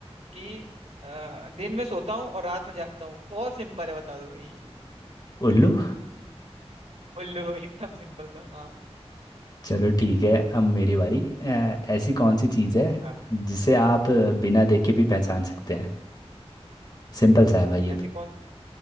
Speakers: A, on the right; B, on the left.
A: कि आ, दिन में सोता हूँ और रात में जागता हूँ बहुत सिंपल है बता दो ये
B: उल्लू
A: उल्लू <laughs> एकदम सिंपल था हाँ
B: चलो ठीक है अब मेरी बारी अ, ऐसी कौन सी चीज़ है
A: हाँ
B: जिसे आप अ, बिना देखे भी पहचान सकते हैं सिंपल सा है भाई ये
A: ऐसी
B: तो
A: कौन